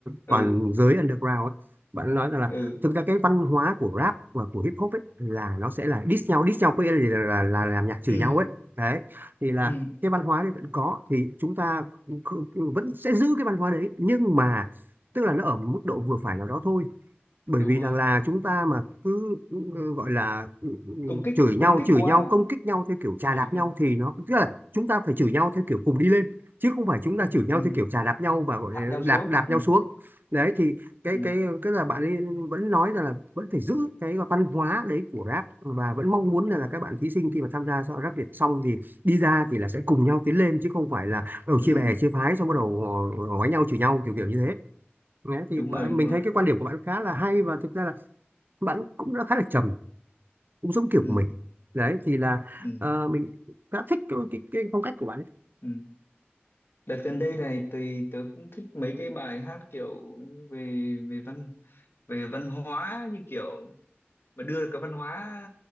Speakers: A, on the left; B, on the right.
A: ừ
B: toàn giới underground ấy. Bạn nói rằng là
A: ừ
B: thực ra cái văn hóa của rap và của hip hop ấy là nó sẽ là diss nhau diss nhau có nghĩa là, gì? là, là là làm nhạc chửi
A: ừ
B: nhau ấy đấy thì là
A: ừ
B: cái văn hóa đấy vẫn có thì chúng ta kh- vẫn sẽ giữ cái văn hóa đấy nhưng mà tức là nó ở một mức độ vừa phải nào đó thôi bởi
A: đúng
B: vì
A: rồi
B: rằng là chúng ta mà cứ ừ, gọi là ừ, ừ,
A: công kích
B: chửi nhau
A: công kích
B: chửi
A: quá
B: nhau công kích nhau theo kiểu chà
A: chửi
B: đạp
A: nhau
B: nhau thì nó tức là chúng ta phải chửi nhau theo kiểu cùng đi lên chứ không phải chúng ta chửi nhau
A: ừ
B: theo kiểu chà đạp nhau và gọi
A: hạ
B: là
A: nhau xuống
B: đạp đạp
A: ừ
B: nhau xuống đấy thì cái
A: ừ
B: cái cái là bạn ấy vẫn nói rằng là vẫn phải giữ cái văn hóa đấy của rap và vẫn mong muốn là, là các bạn thí sinh khi mà tham gia so rap Việt xong thì đi ra thì là sẽ cùng nhau tiến lên chứ không phải là ở
A: ừ
B: chia bè chia phái xong bắt đầu họ- họ đánh nhau chửi nhau kiểu kiểu như thế Đấy, thì
A: đúng
B: bạn,
A: rồi đúng
B: mình
A: rồi
B: thấy cái quan điểm của bạn khá là hay và thực ra là bạn cũng đã khá là trầm cũng giống kiểu
A: ừ
B: của mình đấy thì là
A: ừ
B: ờ, mình khá thích cái, cái, cái phong cách của bạn ấy.
A: ừ. đợt gần đây này tùy tớ cũng thích mấy cái bài hát kiểu về về văn về văn hóa như kiểu mà đưa cái văn hóa